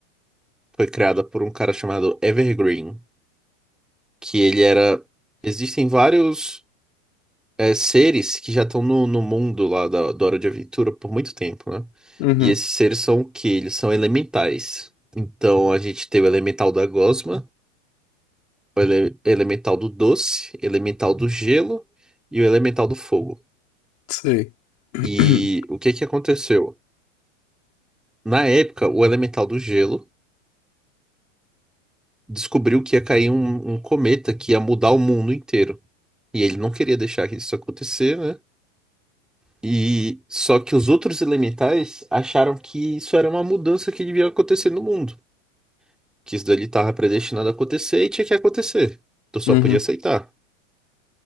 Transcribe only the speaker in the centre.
foi criada por um cara chamado Evergreen, que ele era. Existem vários é, seres que já estão no, no mundo lá da, da Hora de Aventura por muito tempo, né?
E esses seres são o quê? Eles são elementais. Então a gente tem o elemental da gosma, o ele- elemental do doce, elemental do gelo e o elemental do fogo.
E o que que aconteceu? Na época, o elemental do gelo descobriu que ia cair um, um cometa que ia mudar o mundo inteiro. E ele não queria deixar que isso acontecer, né? E só que os outros elementais acharam que isso era uma mudança que devia acontecer no mundo, que isso dali estava predestinado a acontecer e tinha que acontecer. Tu só
podia aceitar.